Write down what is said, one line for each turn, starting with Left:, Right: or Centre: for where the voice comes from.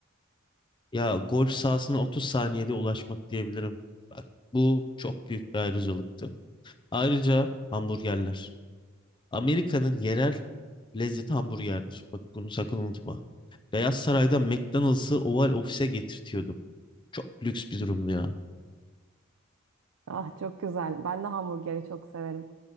Left: Ya golf sahasına 30 saniyede ulaşmak diyebilirim. Bak bu çok büyük bir ayrıcalıktı. Ayrıca hamburgerler. Amerika'nın yerel lezzeti hamburgerdir. Bak bunu sakın unutma. Beyaz Saray'da McDonald's'ı Oval Office'e getirtiyordu. Çok lüks bir durumdu ya.
Right: Ah çok güzel. Ben de hamburgeri çok severim.